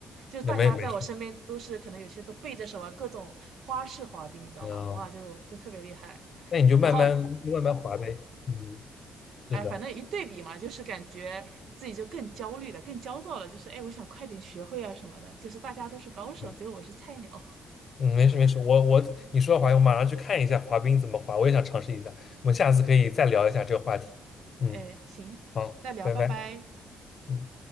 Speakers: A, on the right; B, on the left.
A: 就是大家在我身边都是可能有些都背着手啊，
B: 那没没事，
A: 各种花式滑冰，你知道吗？
B: 啊。
A: 哇，就就特别厉害。
B: 那你就慢慢慢慢滑呗。
A: 然后
B: 嗯，是的。
A: 哎，反正一对比嘛，就是感觉自己就更焦虑了，更焦躁了。就是哎，我想快点学会啊什么的。就是大家都是高手，
B: 对。
A: 结果我是菜鸟。
B: 嗯，没事没事，我我你说的滑冰，我马上去看一下滑冰怎么滑，我也想尝试一下。我们下次可以再聊一下这个话题。嗯，
A: 哎，行，
B: 好，
A: 再聊，
B: 拜拜。
A: 拜拜。
B: 嗯。